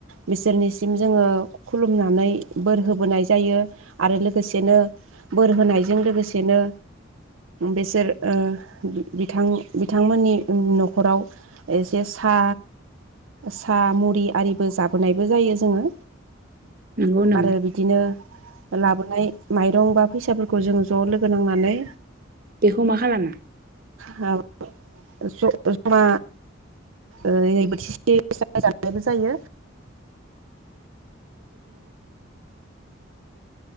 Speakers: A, on the right (about 85°); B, on the right (about 50°).
A: बिसोरनि सिम जोङो खुलुमनानै बोर होबोनाय जायो आरो लोगोसेनो बोर होनायजों लोगोसेनो बेसोर ओ बिथां बिथांमोननि न खराव एसे सा सा मुरि आरिबो जाबोनायबो जायो जोङो।
B: नंगौ नामा
A: आरो बिदिनो लाबोनाय माइरं बा फैसाफोरखौ जों ज' लोगो नांनानै
B: बेखौ मा खालामो?
A: हाब ज जमा ओहै बोथिसे जनायबो जायो।